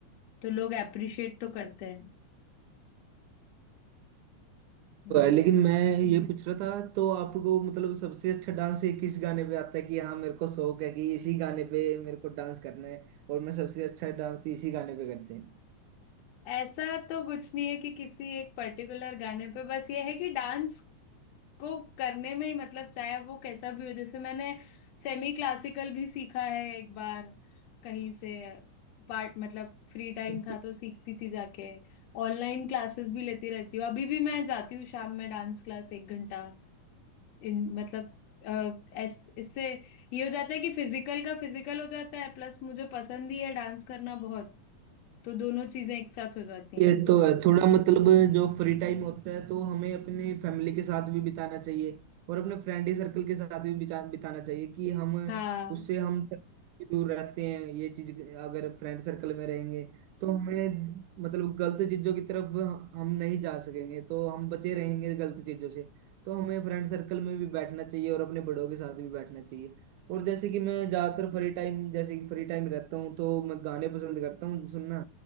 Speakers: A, on the left (about 70°); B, on the right (about 80°).
A: तो लोग अप्रिशिएट तो करते हैं
B: तो है
A: ये
B: लेकिन
A: है
B: मैं ये पूछ रहा था तो आपको मतलब सबसे अच्छा डांस किस गाने पे आता है कि हाँ मेरे को शौक है कि इसी गाने पे मेरे को डांस करना है और मैं सबसे अच्छा डांस इसी गाने पे करते हैं
A: ऐसा तो कुछ नहीं है कि किसी एक पर्टिकुलर गाने पे बस ये है कि डांस को करने में ही मतलब चाहे वो कैसा भी हो जैसे मैंने सेमी क्लासिकल भी सीखा है एक बार कहीं से पार्ट मतलब फ्री टाइम
B: अच्छा
A: था तो सीखती थी जाके ऑनलाइन क्लासेस भी लेती रहती हूँ अभी भी मैं जाती हूँ शाम में डांस क्लास एक घंटा इन मतलब अ, ऐस- इससे ये हो जाता है कि फिजिकल का फिजिकल हो जाता है प्लस मुझे पसंद ही है डांस करना बहुत तो दोनों चीजें एक साथ हो जाती
B: ये
A: हैं
B: तो है थोड़ा मतलब जो फ्री टाइम होता है तो हमें अपनी फैमिली के साथ भी बिताना चाहिए और अपने फ्रेंडी सर्कल के साथ भी बिता- बिताना चाहिए कि हम
A: हाँ
B: उससे हम भी दूर रहते हैं ये चीज अगर फ्रेंड सर्कल में रहेंगे तो हमें मतलब गलत चीजों की तरफ हम नहीं जा सकेंगे तो हम बचे रहेंगे गलत चीजों से तो हमें फ्रेंड सर्कल में भी बैठना चाहिए और अपने बड़ों के साथ भी बैठना चाहिए और जैसे कि मैं ज्यादातर फ्री टाइम जैसे कि फ्री टाइम रहता हूँ तो मैं गाने पसंद करता हूँ सुनना